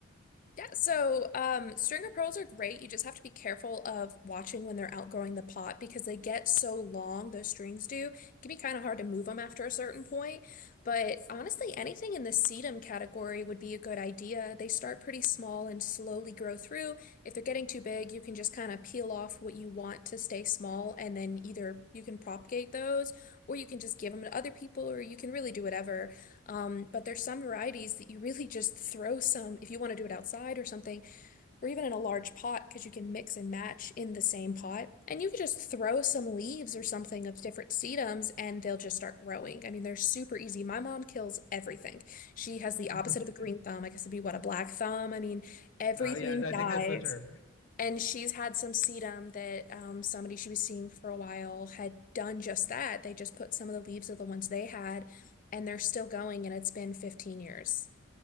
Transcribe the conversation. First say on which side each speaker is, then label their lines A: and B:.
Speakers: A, on the left; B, on the left.
A: Yeah, so um, stringer pearls are great. You just have to be careful of watching when they're outgrowing the pot because they get so long, those strings do. It can be kind of hard to move them after a certain point. But honestly, anything in the sedum category would be a good idea. They start pretty small and slowly grow through. If they're getting too big, you can just kind of peel off what you want to stay small, and then either you can propagate those, or you can just give them to other people, or you can really do whatever. Um, but there's some varieties that you really just throw some, if you want to do it outside or something, or even in a large pot, because you can mix and match in the same pot. And you could just throw some leaves or something of different sedums and they'll just start growing. I mean, they're super easy. My mom kills everything. She has the opposite
B: <laughs>
A: of a green thumb. I guess it'd be what, a black thumb? I mean, everything
B: Oh yeah, I
A: dies.
B: think that's the term.
A: And she's had some sedum that um, somebody she was seeing for a while had done just that. They just put some of the leaves of the ones they had, and they're still going, and it's been 15 years.